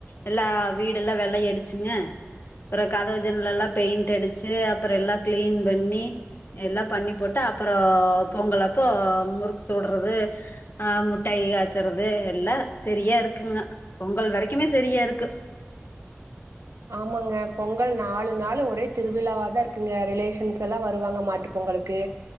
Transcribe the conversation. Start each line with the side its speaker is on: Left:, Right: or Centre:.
Left: எல்லா வீடெல்லா வெள்ளை அடிச்சுங்க அப்பற கதவு ஜன்னலெல்லா பெயிண்ட் அடிச்சு அப்பற எல்லா க்ளீன் பண்ணி எல்லா பண்ணி போட்டா அப்பறோ பொங்கல் அப்போ முறுக்கு சுட்றது ஆ முட்டாயி காச்சறது எல்லா செரியா இருக்கு குங்க பொங்கல் வரைக்குமே செரியா இருக்கு
Right: ஆமாங்க பொங்கல் நாலு நாளு ஒரே திருவிழாவா தா இருக்குங்க ரிலேஷன்ஸ் எல்லா வருவாங்க மாட்டு பொங் கலுக்கு